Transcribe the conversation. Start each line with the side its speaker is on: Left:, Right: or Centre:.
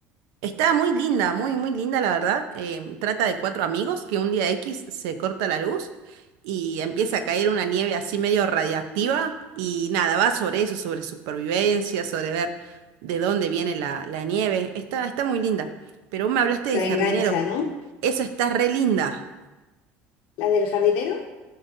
Right: Está muy linda, muy, muy linda, la verdad. Eh, trata de cuatro amigos que un día X se corta la luz y empieza a caer una nieve así medio radiactiva. Y nada, va sobre eso, sobre supervivencia, sobre ver de dónde viene la, la nieve. Está, está muy linda. Pero vos me hablaste del
Left: La
Right: jardinero.
Left: engancha, ¿no?
Right: Esa está re linda.
Left: ¿La del jardinero?